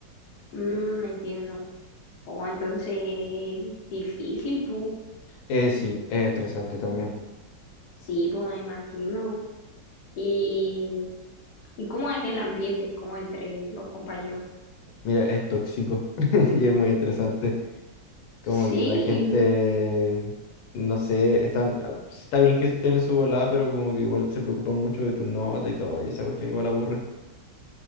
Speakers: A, on the left; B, on the left.
A: Mm, entiendo. Oh, entonces, difícil, pues.
B: Eh, sí, es estresante también.
A: Sí, pues me imagino. ¿Y, y cómo es el ambiente, como entre los compañeros?
B: Mira, es tóxico <laughs> y es muy estresante. Como
A: Sí,
B: que la gente, no sé, están, ah, sí está bien que estén en su volada, pero como que igual se preocupan mucho de tu nota y todo, y esa cuestión igual aburre.